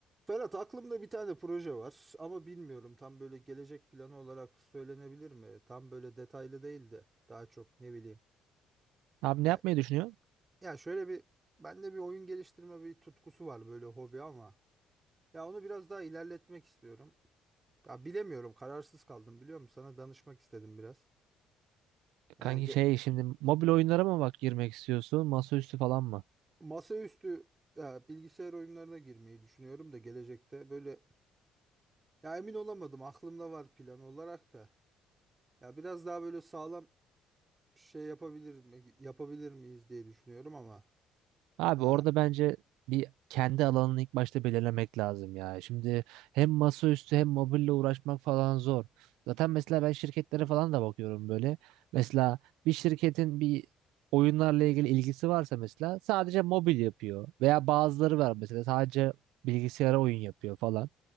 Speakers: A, on the right (about 25°); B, on the right (about 70°).
A: Ferhat aklımda bir tane proje var ama bilmiyorum tam böyle gelecek planı olarak söylenebilir mi? Tam böyle detaylı değil de daha çok ne bileyim.
B: Abi ne
A: Ya,
B: yapmayı düşünüyorsun?
A: ya şöyle bir bende bir oyun geliştirme bir tutkusu var böyle hobi ama ya onu biraz daha ilerletmek istiyorum. Ya bilemiyorum kararsız kaldım biliyor musun? Sana danışmak istedim biraz. Yani
B: Kanki
A: ge-
B: şey şimdi mobil oyunlara mı bak girmek istiyorsun? Masaüstü falan mı?
A: masaüstü ya, bilgisayar oyunlarına girmeyi düşünüyorum da gelecekte böyle ya emin olamadım aklımda var plan olarak da. Ya biraz daha böyle sağlam şey yapabilir mi yapabilir miyiz diye düşünüyorum ama
B: Abi
A: e,
B: orada bence bir kendi alanını ilk başta belirlemek lazım ya. Şimdi hem masaüstü hem mobille uğraşmak falan zor. Zaten mesela ben şirketlere falan da bakıyorum böyle. Mesela bir şirketin bir oyunlarla ilgili ilgisi varsa mesela sadece mobil yapıyor. Veya bazıları var mesela sadece bilgisayara oyun yapıyor falan.